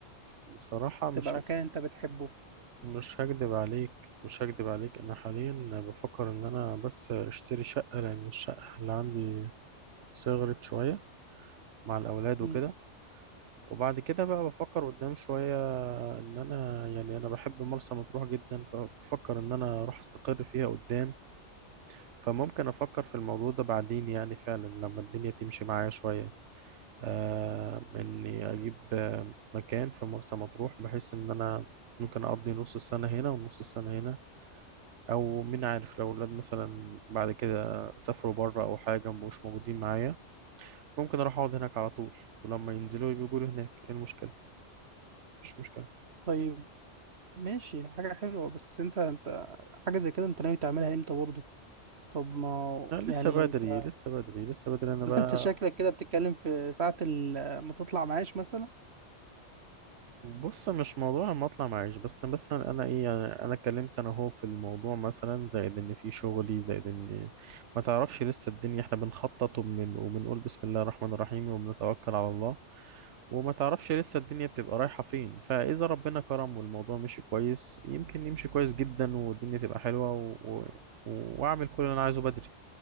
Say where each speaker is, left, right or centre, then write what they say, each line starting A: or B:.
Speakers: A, on the right (about 75°); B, on the right (about 60°).
A: بصراحة مش
B: تبقى مكان
A: هك...
B: انت بتحبه
A: مش هكدب عليك مش هكدب عليك انا حاليا بفكر ان انا بس اشتري شقة لان الشقة اللي عندي صغرت شوية مع الاولاد
B: مم.
A: وكده وبعد كده بقى بفكر قدام شوية ان انا يعني انا بحب مرسى مطروح جدا فبفكر ان انا اروح استقر فيها قدام فممكن افكر في الموضوع ده بعدين يعني فعلا لما الدنيا تمشي معايا شوية آه، إني أجيب آه، مكان في مرسى مطروح بحيث إن أنا ممكن أقضي نص السنة هنا ونص السنة هنا أو مين عارف لو الولاد مثلا بعد كده سافروا بره أو حاجة مبقوش موجودين معايا ممكن أروح أقعد هناك على طول ولما ينزلوا يبقوا يقولوا هناك إيه المشكلة؟ مفيش مشكلة
B: طيب ماشي حاجة حلوة بس انت انت حاجة زي كده انت ناوي تعملها امتى برضه طب ما هو-
A: لا لسه
B: يعني
A: بدري
B: انت
A: لسه بدري لسه بدري أنا
B: <laughs>
A: بقى
B: انت شكلك كده بتتكلم في ساعة ال- ما تطلع معاش مثلا
A: بص مش موضوع لما اطلع معيش بس مثلا انا ايه يعني انا اتكلمت انا هو في الموضوع مثلا زائد ان في شغلي زائد ان ما تعرفش لسه الدنيا احنا بنخطط وبن وبنقول بسم الله الرحمن الرحيم وبنتوكل على الله وما تعرفش لسه الدنيا بتبقى رايحة فين فاذا ربنا كرم والموضوع مشي كويس يمكن يمشي كويس جدا والدنيا تبقى حلوة و... و... واعمل كل اللي انا عايزه بدري